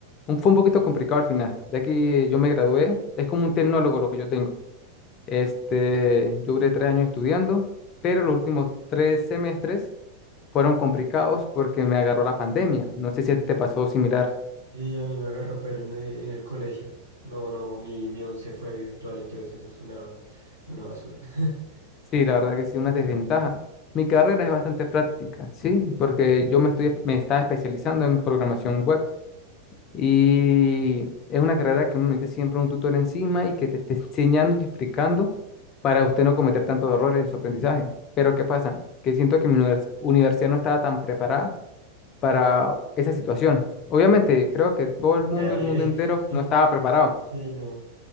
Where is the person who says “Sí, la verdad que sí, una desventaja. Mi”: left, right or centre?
Left